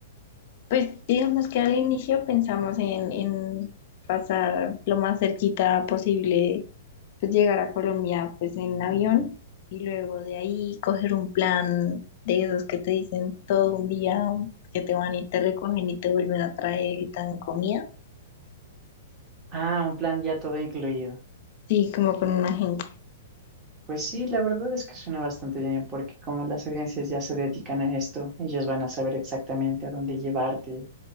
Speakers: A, on the left (about 55°); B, on the right (about 25°).
A: Pues digamos que al inicio pensamos en, en pasar lo más cerquita posible, pues llegar a Colombia pues en avión y luego de ahí coger un plan de esos que te dicen todo un día que te van y te recogen y te vuelven a traer y te dan comida.
B: Ah, un plan ya todo incluido.
A: Sí, como con una gente.
B: Pues sí, la verdad es que suena bastante bien, porque como las agencias ya se dedican a esto, ellos van a saber exactamente a dónde llevarte